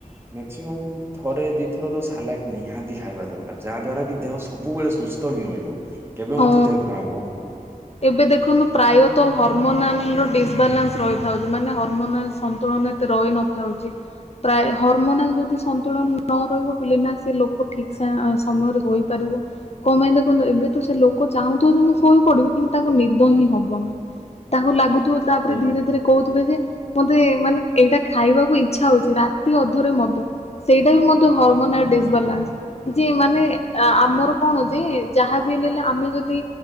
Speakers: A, on the right (about 15°); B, on the left (about 45°).
A: ମେକ୍ସିମ ଥରେ ଦିଇଥର ଦଶ ଲାଟ ନିହାତି ଖାଇବା ଦରକାର। ଯାହାଦ୍ୱାରା କି ଦେହ ସବୁବେଳେ ସୁସ୍ଥ ହିଁ ରହିବ। କେବେ
B: ହଁ
A: ମଧ୍ୟ ଦେହ ଖରାପ ହବନି।
B: ଏବେ ଦେଖନ୍ତୁ ପ୍ରାୟତ ହରମୋନାଲ ଡି ନ୍ସ ରହିଥାଉଛି। ମାନେ ହରମୋନାଲ ସନ୍ତୁଳନ ଏତେ ରହି ନଥାଉଚି। ପ୍ରାୟ ହରମୋନାଲ ଯଦି ସନ୍ତୁଳନ ନ ରହିବ ବୋଲେ ନା ସେ ଲୋକ ଠିକ ସମୟରେ ରହିପାରିବ କମପାଇଁ ଦେଖନ୍ତୁ ଏବେ ସେ ଲୋକ ଚାହୁଁଥିବ ଯେ ମୁଁ ଶୋଇ ପଡିବି କିନ୍ତୁ ତାକୁ ନିଦ ହିଁ ହବନି ତାହାକୁ ଲାଗୁ ଥିବ ତାପରେ
A: ସେଇଆ
B: ଧୀରେ
A: ତ
B: ଧୀରେ କହୁଥିବେ ଯେ ମାନେ ଏଇଟା ଖାଇବାକୁ ଇଚ୍ଛା ହଉଛି। ରାତି ଅଧରେ ମଧ୍ୟ ସେଇଟା ବି ମଧ୍ୟ ହରମୋନାଲ ଡିସବାଲାନ୍ସ ଯେ ମାନେ ଆମର କଣ ଯେ ଯାହା <unintelligible> ଆମେ ଯଦି